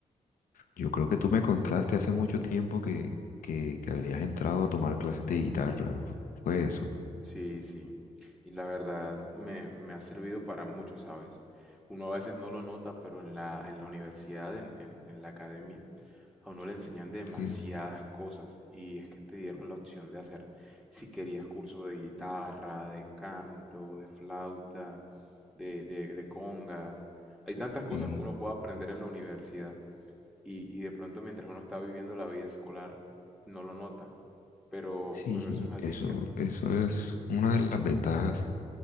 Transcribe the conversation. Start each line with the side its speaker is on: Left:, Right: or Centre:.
Left: yo creo que tú me contaste hace mucho tiempo que, que, que habías entrado a tomar clases de guitarra, ¿no? Fue eso.
Centre: Sí, sí. Y la verdad me, me ha servido para mucho, ¿sabes? Uno a veces no lo nota, pero en la, en la universidad, en, en, en la academia, a uno le enseñan demasiadas
Left: Sí,
Centre: cosas. Y es que te dieron la opción de hacer, si querías, curso de guitarra, de canto, de flauta, de, de, de congas. Hay tantas cosas
Left: sí,
Centre: que uno puede aprender en la universidad. Y, y de pronto mientras uno está viviendo la vida escolar, no lo nota. Pero,
Left: sí,
Centre: pero
Left: sí,
Centre: eso es así,
Left: eso,
Centre: ¿cierto?
Left: eso es una de las ventajas